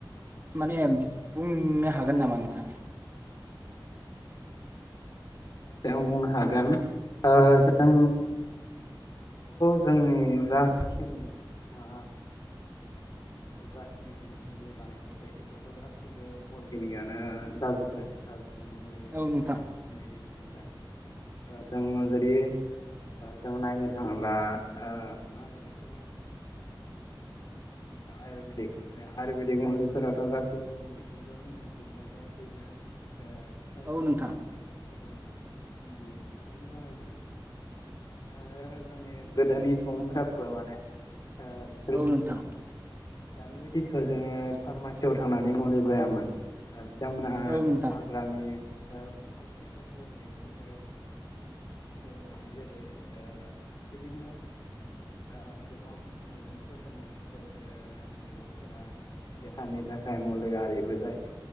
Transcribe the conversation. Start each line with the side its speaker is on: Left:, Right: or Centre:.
Right: माने बुंनो हागोन नामा नोंथां?
Left: दे आं बुंनो हागोन। आं थ' जोंनि जाखिनि आ जाख
Right: <inaudible>
Left: नायसाय बेखोथ' गासिबो अरगेनिकआनो जाजोबाय जा <unintelligible> जुदि
Right: औ नोंथां
Left: जों नायनो थाङोब्ला ओ मा होनो बेखौ। आयुरबेदिक। बे आयुरवेदिक मुलिफोराथ गासैबो जोंनि मिथिंगायावनो मोनजोबनाय गासैबो। बो ओ फिथाय
Right: औ
Left: सामथाय
Right: नोंथां
Left: मैगं गं बेखौ बेनिफ्रायनो बानायजोबनाय आरो जोंनि गोदोनि सुबुंफोराबो माने। ओफोरखो
Right: औ नोंथां
Left: दानि बायदिथ जोङो फारमासियाव थांनानै मुलि बायामोन आरो। थांमोना
Right: औ नोंथां
Left: हाग्रानि। ओ खायसे खायसे मैगंफोर जाय जेरै ओ बिदिनो ओ गोबां मैगंफोर दङ जाय। ओ मैगंफोरा मैगंफोरा देहानि थाखाय मुलियारिबो जायो